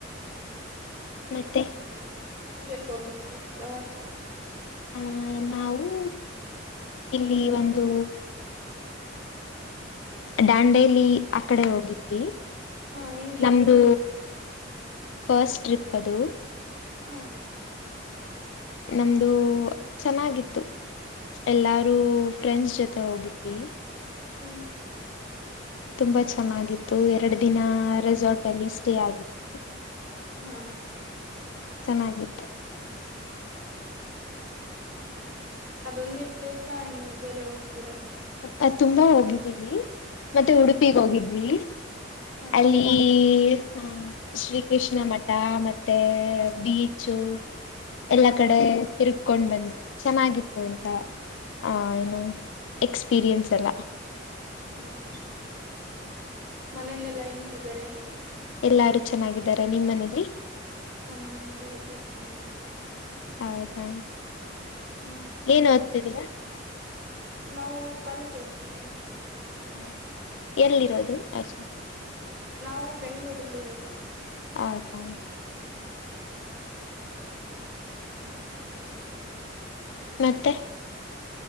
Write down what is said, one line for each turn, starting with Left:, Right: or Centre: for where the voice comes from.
Right: ನೀವ್
Left: ಮತ್ತೆ
Right: ಎಲ್ಲಿದ್ದೀರಾ ನೀವ್ ಎಲ್ಗ ಹೋಗಿದ್ರಿ ಪ್ರವಾಸಾ.
Left: ಆ ನಾವೂ ಇಲ್ಲಿ ಒಂದೂ. ಡಾಂಡೇಲಿ ಆಕಡೆ ಹೋಗಿದ್ವಿ.
Right: ಹಾ ಹೆಂಗಿತ್ತು
Left: ನಮ್ದು
Right: ಆಕಡೆಲ್ಲಾ.
Left: ಫಸ್ಟ್ ಟ್ರಿಪ್ ಅದು.
Right: ಹಾ.
Left: ನಮ್ದು ಚನ್ನಾಗಿತ್ತು. ಎಲ್ಲಾರು ಫ್ರೆಂಡ್ಸ್ ಜೊತೆ ಹೋಗಿದ್ವಿ.
Right: ಹ್ಮ್.
Left: ತುಂಬಾ ಚನ್ನಾಗಿತ್ತು ಎರಡ್ ದಿನಾ ರೆಸಾರ್ಟಲ್ಲಿ ಸ್ಟೇ ಆಗಿತ್ತು.
Right: ಹಾ.
Left: ಚನ್ನಾಗಿತ್ತು.
Right: ಅದೊಂದೇ ಪ್ಲೇಸಾ ಇನ್ನು ಬೇರೆ ಹೋಗ್ತೀರಾ.
Left: ಅದ್ ತುಂಬಾ ಹೋಗಿದೀವಿ ಮತ್ತೆ
Right: ಹ್ಮ್
Left: ಉಡಪಿಗ
Right: ಹ್ಮ್
Left: ಹೋಗಿದ್ವಿ
Right: ಹಾ
Left: ಅಲ್ಲಿಇಇ. ಹ ಶ್ರೀ ಕೃಷ್ಣ ಮಠಾ ಮತ್ತೆ ಬೀಚು. ಎಲ್ಲಾ
Right: ಹಾ
Left: ಕಡೆ
Right: ಹಾ
Left: ತಿರಗ್ಕೊಂಡ್ ಬಂದ್ವಿ ಚನ್ನಾಗಿತ್ತು ಅಂತಾ ಆ ಏನು. ಎಕ್ಸ್ಪ್ರಿನ್ಸಡೆಲಾ.
Right: ಹಾ ಹ. ಮನೇಲ್ಲೆಲ್ಲಾ ಹೆಂಗಿದಾರೆ.
Left: ಎಲ್ಲಾರು ಚನ್ನಾಗಿದ್ದಾರೆ ನಿಮ್ಮನೇಲಿ.
Right: ನಮ್ಮನೇಲೂ ಎಲ್ರು ಚನಾಗಿದಾರೆ.
Left: ಹೌದಾ
Right: ಹ್ಮ್
Left: ಏನ್ ಓದ್ತಿದೀರಾ.
Right: ನಾವು ಕಾಲೇಜ್ ಓದ್ತಿದ್ದೀವಿ.
Left: ಹೌದ ಎಲ್ಲಿರೋದು ಹಸು.
Right: ನಾವು ಬೆಂಗ್ಳೂರಲ್ಲಿರೋದು.
Left: ಹೌದಾ. ಮತ್ತೆ.